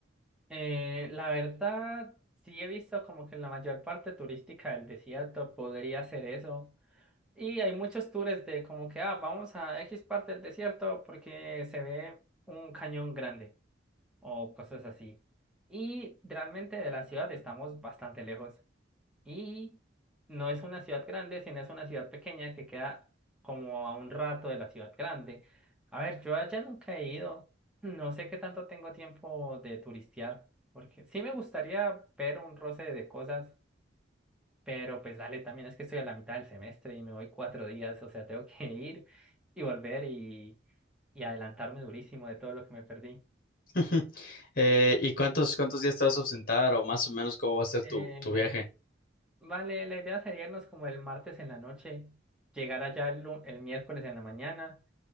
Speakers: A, in the centre; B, on the left.
A: Eh, la verdad, sí he visto como que en la mayor parte turística del desierto podría ser eso. Y hay muchos tours de como que, ah, vamos a X parte del desierto porque se ve un cañón grande o cosas así. Y realmente de la ciudad estamos bastante lejos. Y no es una ciudad grande, sino es una ciudad pequeña que queda como a un rato de la ciudad grande. A ver, yo allá nunca he ido. No sé qué tanto tengo tiempo de turistear, porque sí me gustaría ver un roce de cosas, pero pues dale, también es que estoy a la mitad del semestre y me voy cuatro días, o sea, tengo que <laughs> ir y volver y, y adelantarme durísimo de todo lo que me perdí.
B: <laughs> Eh, ¿y cuántos, cuántos días te vas a ausentar o más o menos cómo va a ser
A: Eh,
B: tu, tu viaje?
A: Vale, la idea sería irnos como el martes en la noche, llegar allá el, lu- el miércoles en la mañana,